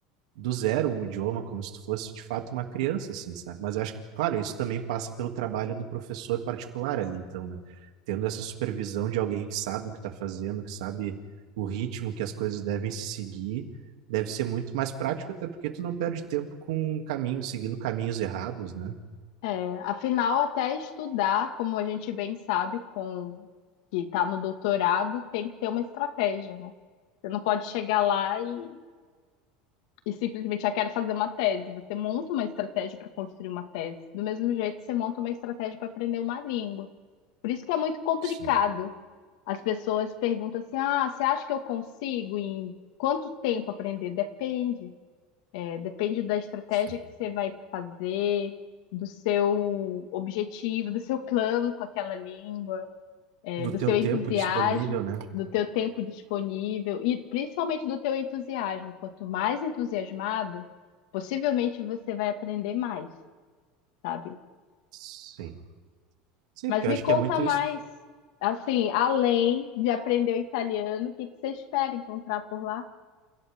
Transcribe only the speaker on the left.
É, afinal, até estudar, como a gente bem sabe, com que está no doutorado, tem que ter uma estratégia, né? Você não pode chegar lá e, e simplesmente, já quero fazer uma tese. Você monta uma estratégia para construir uma tese. Do mesmo jeito, você monta uma estratégia para aprender uma língua. Por isso que é muito complicado.
As pessoas perguntam assim: ah, você acha que eu consigo em quanto tempo aprender? Depende. É, Depende da estratégia
que você vai fazer, do seu objetivo, do seu plano com aquela língua, é,
do
seu
entusiasmo,
do teu tempo disponível e principalmente do teu entusiasmo. Quanto mais entusiasmado, possivelmente você vai aprender mais, sabe?
Mas
me
conta
mais,
assim, além de aprender o italiano, o que que você espera encontrar por lá?